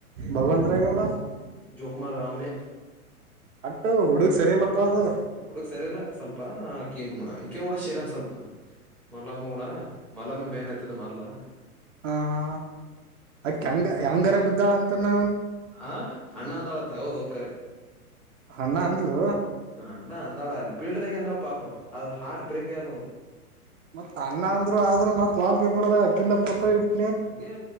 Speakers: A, on the right; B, in the centre.
A: ಭಗವಂತ್ರೆ ಗೌಡ
B: ಜೋಕುಮಾರಾ ಅವ್ನೆ
A: ಅಟ್ಟು ಹುಡುಗ್ ಸರಿಯಿಲ್ಲಪ್ಪ ಅದು
B: ಹ್ಮ್ ಹುಡುಕ್ ಸರಿಯಲ್ಲಾ ಸ್ವಲ್ಪ ಆಕಿ ಈಕಿನ ಹುಡ ಸೇರಾನ್ ಸ್ವಲ್ಪ ಮಲಮ್ಮಡ ಮಲಮ್ಮನ್ ಬೇನ್ ಹತ್ತದ ಮಾರ್ಲಾ
A: ಹಾ ಹಾ ಅಕೆ ಹೆಂಗ
B: ಅದಕ್ ಸ್ವಲ್ಪ
A: ಹೆಂಗರ ಬಿದ್ದಾಳ ಅಂತನ
B: ಆ ಅಣ್ಣ ಅಂದಾಳತ್ತ ಹೌದ್ ಹೌದ್ ಕರೆ
A: ಅಣ್ಣ ಅಂದ್ಲು
B: ಅಣ್ಣ ಅಂದಳ ಅಲ್ಲಿ ಫೀಲ್ಡ್ ದಾಗೆ ಅಂದಳ ಪಾಪ ಅದು ಹಾರ್ಟ್ ಬ್ರೇಕ್ ಆಗ್ಯದ್ ಅವ್ನ್ದು
A: ಮತ್ತ್ ಅಣ್ಣ ಅಂದ್ರು ಆದ್ರು ಮತ್ ವಾಲ್ಪೇಪರ್ ಅಕ್ಕಿಂದ ಪೋಟೋ ಇಟ್ಟ್
B: ಹಂಗೆ